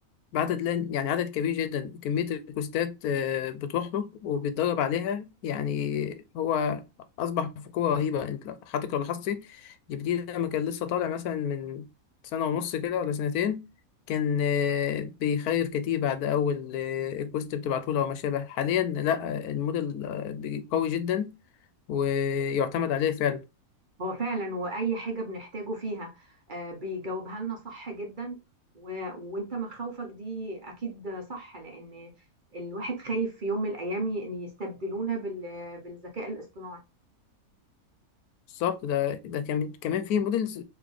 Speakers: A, on the left; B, on the right.
A: بعدد لان يعني عدد كبير جدا كمية البوستات آه، بتروح له وبيتدرب عليها يعني هو أصبح في قوة رهيبة أنت لو- حضرتك لو لاحظتي جبديه لما كان لسه طالع مثلا من سنة ونص كده ولا سنتين كان آه، بيخيف كتير بعد أول آه، البوست بتبعته له أو ما شابه حاليا لأ الموديل آه، بي- قوي جدا ويعتمد عليه فعلا
B: هو فعلا واي حاجه بنحتاجه فيها آه، بيجاوبها لنا صح جدا و... وانت مخاوفك دي اكيد صح لان الواحد خايف في يوم من الايام ي- ان يستبدلونا بال... بالذكاء الاصطناعي
A: بالظبط ده ده كمان كمان في موديلز